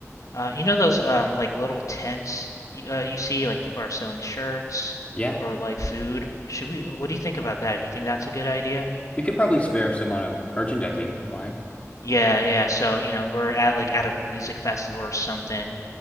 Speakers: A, on the left (about 85°); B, on the left (about 25°).
A: Uh, you know those um like little tents y- uh, you see like people are selling shirts
B: Yeah,
A: or like food. Should we? What do you think about that? Do you think that's a good idea?
B: we could probably spare some on a merchandising line.
A: Yeah, yeah. So you know we're at like at a music festival or something.